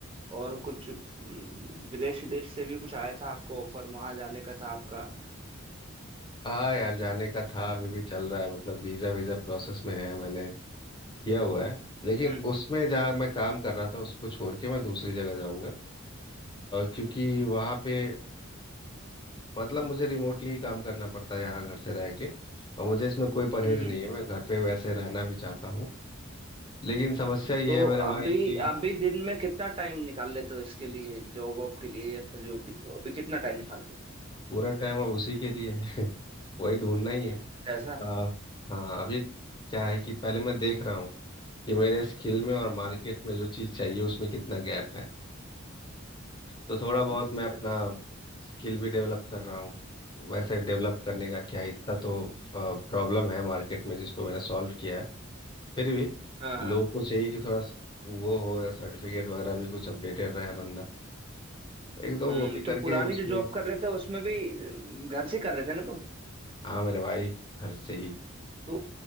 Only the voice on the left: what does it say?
हाँ यार जाने का था अभी भी चल रहा है मतलब वीज़ा वीज़ा प्रोसेस में है मैंने किया हुआ है लेकिन
उसमें जहाँ मैं काम कर रहा था उसको छोड़ के मैं दूसरी जगह जाऊँगा क्योंकि वहाँ पे मतलब मुझे रिमोटली ही काम करना पड़ता है यहाँ घर से रह के और मुझे इसमें कोई परहेज
नहीं है मैं घर पे वैसे रहना भी चाहता हूँ लेकिन समस्या ये
है मेरे भाई
कि
पूरा टाइम अब उसी के लिए है वही ढूंढना ही है
आ, हाँ अभी क्या है कि पहले मैं देख रहा हूँ कि मेरे स्किल में और मार्केट में जो चीज़ चाहिए उसमें कितना गैप है तो थोड़ा बहुत
मैं
अपना स्किल भी डेवलप कर रहा हूँ वैसे डेवलप करने का क्या है इतना तो प्रॉब्लम है मार्केट में जिसको मैंने सॉल्व किया है फिर भी
लोग को चाहिए कि थोड़ा स- वो हो या सर्टिफिकेट वगैरह भी कुछ अपडेटेड रहे बंदा तो एक दो
वो भी करके
उसको
हाँ मेरे भाई घर से ही